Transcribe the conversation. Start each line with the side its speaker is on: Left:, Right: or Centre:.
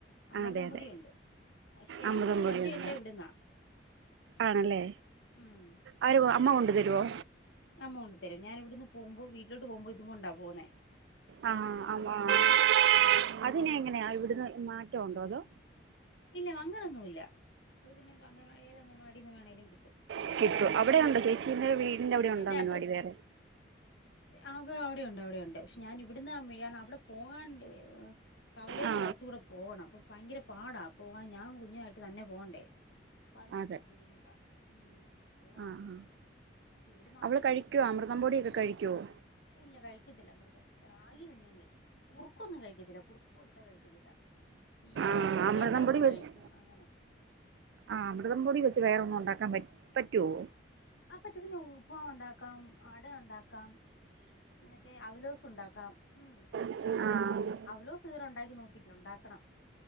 Left: അമൃതംപൊടിയുണ്ട്
Right: ആ അതെ അതെ
Left: പക്ഷെ ഞാൻ
Right: അമൃതം
Left: ഇവിടന്ന്
Right: പൊടിയുണ്ട്
Left: എന്റെ എല്ലാം ഇവിടുന്നാ
Right: ആണല്ലേ
Left: ഉം
Right: ആര അമ്മ കൊണ്ടു തരുവോ
Left: അമ്മ കൊടുന്നു തരും ഞാൻ ഇവിടുന്ന് പോകുമ്പോൾ വീട്ടിലേക്ക് പോകുമ്പോൾ ഇത് കൊണ്ടാ പോുന്നേ
Right: ആ ആ ആ <inaudible> അതിനെ എങ്ങനെയാ ഇവിടുന്ന് മാറ്റം ഉണ്ടോ അതോ
Left: ഇല്ല അങ്ങനൊന്നുമ ഇല്ല അത് പിന്നെ അംഗൻവാടിയ ഏത് അംഗൻവാടിന്ന് വേണമെങ്കിലും കിട്ടും
Right: <inaudible> അവിടെയാണോ ചേച്ചിയുടെ
Left: ഉം
Right: വീടിന്റെ അവിടെ ഉണ്ടോ
Left: എന്റെ
Right: അംഗൻവാടി
Left: അഡ്രസ്സ്
Right: വേറെ
Left: ആ അവിടെയുണ്ട് അവിടെയുണ്ട് പക്ഷെ ഞാൻ ഇവിടുന്ന് വെടിക്കാർ അവിടെ പോകണ്ട് കവലയിൽ നിന്ന്
Right: ആ
Left: കുറച്ച കൂടെ പോകണം അപ്പ ഭയങ്കര പാടാ പോകാൻ ഞാൻ കുഞ്ഞു ആയിട്ട് തന്നെ പോണ്ടേ വന്നെങ്കിലും
Right: അതെ
Left: പോവൂടാ ഉം അത് കാരണം
Right: ആ ആ
Left: ഇവിടെ ആകുമ്പോൾ
Right: അവള് കഴിക്കുവോ
Left: ഇവിടെ
Right: അമൃതം പൊടിയൊക്കെ കഴിക്കുവോ
Left: ഇല്ല കഴിക്കത്തില്ല അമൃതം റാഗി പിന്നെയും കഴിക്കും കുറുക്കൊന്നും കഴിക്കത്തില്ല കുറുക്ക് കൊടുത്താ കഴിക്കത്തില്ല ഈ കൊഴുക്കട്ട
Right: ആഹ അമൃതം
Left: ഉണ്ടാക്കിയ
Right: പൊടി വെച്ച്
Left: കഴിക്കും അങ്ങനെയൊക്കെ
Right: അമൃതം പൊടി വെച്ച് വേറെ ഒന്നും ഉണ്ടാക്കാൻ പ പറ്റുവോ
Left: ആ പറ്റി പിന്നെ ഉപ്പുമാവ് ഉണ്ടാക്കാം അട ഉണ്ടാക്കാം മറ്റേ അവലോസം ഉണ്ടാക്കാം ഉ
Right: ഉം ആഹ്ഹേ
Left: അവലോസ് ഇതുവരെ ഉണ്ടാക്കി യില്ല നോക്കിയിട്ടു ഉണ്ടാക്കണം